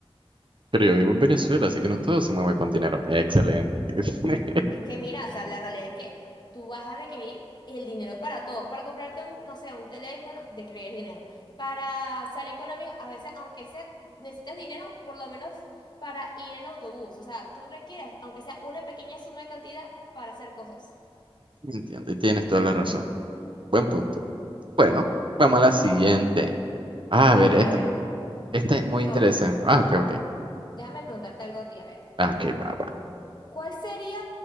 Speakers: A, on the right; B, on the left.
A: Pero yo vivo en Venezuela, así que no todo se mueve con dinero. Excelente. <laughs>
B: Es que mira, o sea, la realidad es que tú vas a requerir el dinero para todo, para comprarte un, no sé, un teléfono, de requerir dinero, para salir con amigos, a veces, aunque sea, necesitas dinero por lo menos para ir en autobús, o sea, tú requieres, aunque sea una pequeña suma de cantidad para hacer cosas.
A: Entiendo, y tienes toda la razón. Buen punto. Bueno, vamos a la
B: Ok.
A: siguiente. Ah,
B: A
A: a ver,
B: ver,
A: este,
B: a ver,
A: este es
B: yo,
A: muy interesante. Ah, ok, ok.
B: déjame preguntarte algo a ti, a ver,
A: Ah, ok, va, va.
B: ¿cuál sería